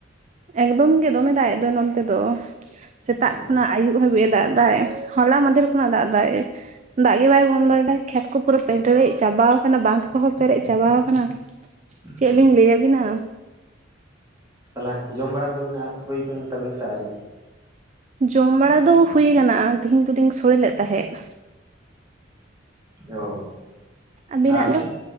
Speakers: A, on the right; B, on the right.
A: ᱮᱠᱫᱚᱢ ᱜᱮ ᱫᱚᱢᱮ ᱫᱟᱜ ᱮᱫᱚ ᱱᱚᱱᱛᱮ ᱫᱚ ᱥᱮᱛᱟᱜ
B: ᱦᱩᱸ
A: ᱠᱷᱚᱱᱟᱜ ᱟᱹᱭᱩᱵ ᱦᱟᱹᱵᱤᱡᱼᱮ ᱫᱟᱜ ᱮᱫᱟᱭ ᱦᱚᱞᱟ ᱢᱟᱫᱷᱮᱨ ᱠᱷᱚᱱᱟᱜ ᱫᱟᱜ ᱮᱫᱟᱭ᱾ ᱫᱟᱜ ᱜᱮ ᱵᱟᱭ ᱵᱚᱱᱫᱚᱭᱮᱫᱟ ᱠᱷᱮᱛ ᱠᱚ ᱯᱩᱨᱟᱹ ᱯᱮᱨᱮᱡ ᱪᱟᱵᱟᱟᱣ ᱟᱠᱟᱱᱟ ᱵᱟᱸᱫᱷ ᱠᱚᱦᱚᱸ ᱯᱮᱨᱮᱡ ᱪᱟᱵᱟ ᱟᱠᱟᱱᱟ᱾ ᱪᱮᱫ
B: ᱚ
A: ᱞᱤᱧ ᱞᱟᱹᱭ ᱟᱹᱵᱤᱱᱟᱼᱼ
B: ᱛᱟᱦᱚᱞᱮ ᱡᱚᱢ ᱵᱟᱲᱟ ᱠᱚᱫᱚ <unintelligible> ᱦᱩᱭ ᱟᱠᱟᱱ ᱛᱟᱵᱤᱱᱟ ᱥᱮ ᱟᱹᱣᱨᱤ?
A: ᱡᱚᱢ ᱵᱟᱲᱟ ᱫᱚ ᱦᱩᱭ ᱟᱠᱟᱱᱟ ᱛᱮᱦᱮᱧ ᱫᱚᱞᱤᱧ ᱥᱳᱲᱮ ᱞᱮᱫ ᱛᱟᱦᱮᱸᱫ᱾
B: ᱚ
A: ᱟᱹᱵᱤᱱᱟᱜ
B: ᱟᱨ
A: ᱫᱚ